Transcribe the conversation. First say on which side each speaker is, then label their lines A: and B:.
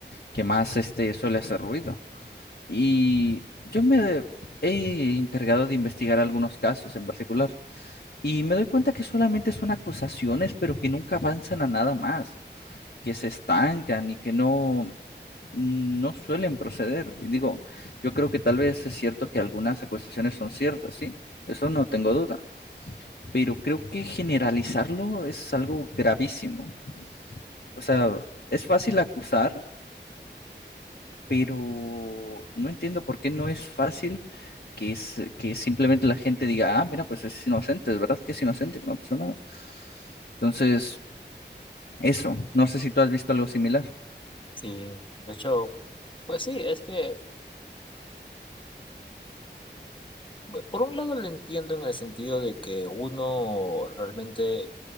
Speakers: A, on the left; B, on the left.
A: que más este, suele hacer ruido. Y yo me he encargado de investigar algunos casos en particular y me doy cuenta que solamente son acusaciones, pero que nunca avanzan a nada más, que se estancan y que no no suelen proceder. Y digo, yo creo que tal vez es cierto que algunas acusaciones son ciertas, sí, eso no tengo duda, pero creo que generalizarlo es algo gravísimo. O sea, es fácil acusar, pero no entiendo por qué no es fácil que, es, que simplemente la gente diga, ah, mira, pues es inocente, de verdad que es inocente, que no pasó nada. Entonces, eso, no sé si tú has visto algo similar.
B: Sí, de hecho, pues sí, es que... Bueno, Por un lado lo entiendo en el sentido de que uno realmente,